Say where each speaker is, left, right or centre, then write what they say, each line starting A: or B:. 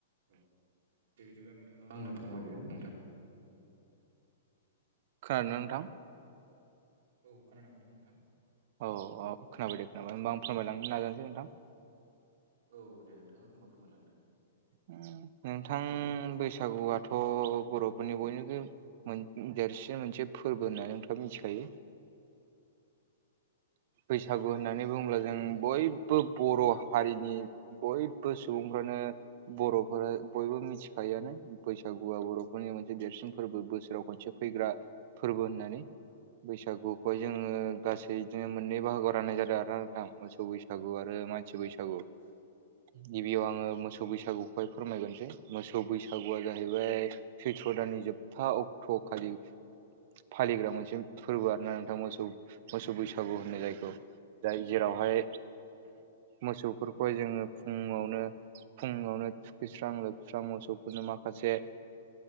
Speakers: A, on the right; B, on the right.
A: औ दे बिदिब्ला नोंथांङा आंनो फोरमायदो नोंथां
B: खोनादों ना नोंथां
A: औ खोनानो मोनदों नोंथां
B: औ औ खोनाबाय दे खोनाबाय होमबा आं फोरमायलांनो नाजानोसै नोंथां
A: औ दे नोंथांङा होनबा फोरमायलांदो
B: नोंथां बैसागुआथ' बर'फोरनि बयनिबो देरसिन मोनसे फोरबो होननानै नोंथांङा मिथिखायो बैसागु होननानै बुंङोब्ला जों बयबो बर' हारिनि बयबो सुबुंफ्रानो बर'फोरा बयबो मिथिखायोआनो बैसागुआ बर'फोरनि मोनसे देरसिन फोरबो बोसोराव खनसे फालिग्रा फोरबो होननानै बैसागुखौहाय जोंङो गासै बिदिनो मोननै बाहागोआव राननाय जादों आरो ना नोंथां मोसौ बैसागो बैसागु आरो मानसि बैसागु
A: <inaudible>
B: गिबियाव आंङो मोसौ बैसागुखौहाय फोरमायगोरसै मोसौ बैसागुआ जाहैबाय सैथ्र' दाननि जोबथा अक्ट' खालि फालिग्रा मोनसे फोरबो आरोना नोंथां मोसौ मोसौ बैसागु होननो जायखौ जाय जेरावहाय मोसौफोरखौहाय जोङो फुङावनो फुङावनो थुखैस्रां लोबस्रां मोसौफोरनो माखासे